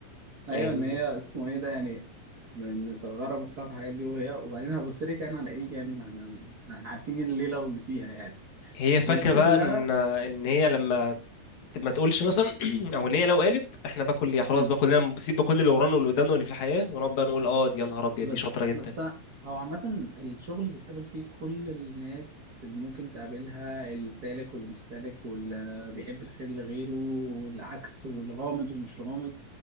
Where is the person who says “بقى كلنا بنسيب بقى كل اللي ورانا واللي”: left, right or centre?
Left